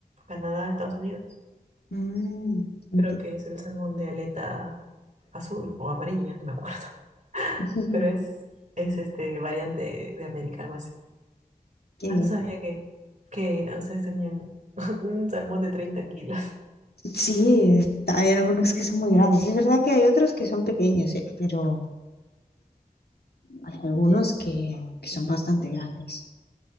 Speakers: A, on the right (about 50°); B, on the left (about 85°).
A: Canadá, Estados Unidos.
B: Mm, enti-
A: Creo que es el salmón de aleta azul o amarilla, no me acuerdo. <laughs>
B: <laughs>
A: Pero es, es este variante de América, algo así.
B: Qué
A: Ah,
B: bien.
A: no sabía que, que ustedes tenían <laughs> un salmón de 30 kilos.
B: Sí, es- hay algunos que son muy grandes. Es verdad que hay otros que son pequeños, eh, pero hay algunos
A: <laughs> ¿Y,
B: que, que son bastante grandes.